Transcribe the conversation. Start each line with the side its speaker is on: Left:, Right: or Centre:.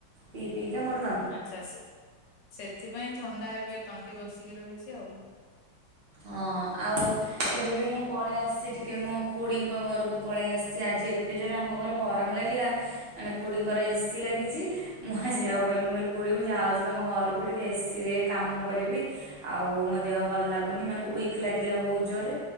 Right: ପିଇ ପିଇକା ମର
Left: ଆଚ୍ଛା ସେ ସେଥିପାଇଁ ଥଣ୍ଡା ଏବେ ତଣ୍ଟି ବସିକି ରହିଛି ଆଉ।
Right: ହଁ ଆଉ ଏବେ ବି ମୁଁ ପଳେଇ ଆସିଛି ଟିକେ ମୋ ଖୁଡ଼ିଙ୍କ ଘରକୁ ପଳେଇ ଆସିଛି ଆଜି ଏ ଏ-ତେ ଜୋର୍ ରେ ଆମ ଘରେ ଗରମ ଲାଗିଲା ମାନେ ଖୋଡ଼ିଙ୍କର ଏସିି ଲାଗିଛି। ମୁଁ ଆସିବାକୁ କହିଲି ମୁଁ କହିଲି ଖୁଡ଼ି ମୁଁ ଯାଉଛି ତମ ଘରକୁ। ଟିକେ ଏସି ରେ କାମ କରିବି ଆଉ ମୋ ଦେହ ଭଲ ଲାଗୁ ଉନି ମାନେ ୱିକ ଲାଗିଲା ବହୁତ ଜୋରରେ।